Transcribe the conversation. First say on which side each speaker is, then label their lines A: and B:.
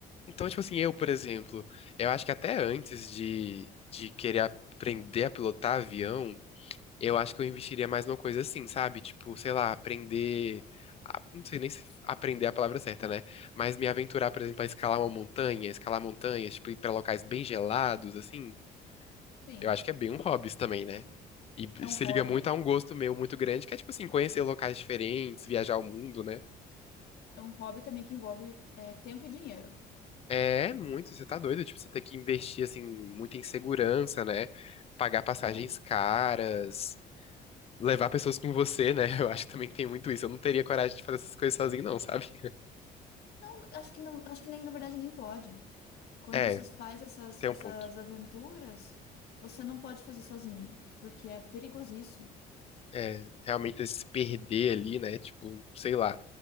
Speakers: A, on the left (about 35°); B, on the left (about 70°).
A: Então, tipo assim, eu, por exemplo, eu acho que até antes de, de querer aprender a pilotar avião, eu acho que eu investiria mais numa coisa assim, sabe? Tipo, sei lá, aprender. a- não sei nem se aprender é a palavra certa, né? Mas me aventurar, por exemplo, a escalar uma montanha, escalar montanhas, tipo, ir pra locais bem gelados, assim.
B: Sim,
A: Eu acho que é bem um hobby isso também, né? E
B: é um
A: se
B: hobby,
A: liga muito a um gosto meu muito grande, que é, tipo assim, conhecer locais diferentes, viajar o mundo, né?
B: é um hobby também que envolve é, tempo e dinheiro.
A: É muito, você tá doido, tipo, você tem que investir, assim, muito em segurança, né? Pagar passagens
B: É.
A: caras, levar pessoas com você, né? <laughs> Eu acho que também tem muito isso. Eu não teria coragem de fazer essas coisas sozinho, não, sabe?
B: Não, acho que não, acho que nem, na verdade, nem pode. Quando
A: É,
B: você faz essas,
A: tem
B: essas
A: um ponto.
B: aventuras, você não pode fazer sozinho, porque é perigosíssimo.
A: É, realmente se perder ali, né? Tipo, sei lá.